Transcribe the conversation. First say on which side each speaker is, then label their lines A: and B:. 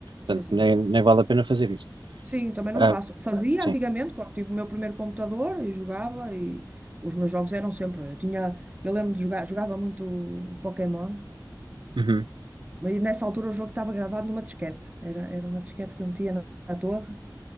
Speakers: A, on the right; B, on the right.
A: Portanto,
B: exato.
A: nem, nem vale a pena fazer isso.
B: Sim, eu também
A: Ah,
B: não faço. Fazia
A: sim.
B: antigamente, quando tive o meu primeiro computador e jogava, e os meus jogos eram sempre. Eu tinha, eu lembro de jogar, jogava muito Pokémon,
A: Uhum.
B: mas nessa altura o jogo estava gravado numa disquete. Era, era uma disquete que eu metia na, na torre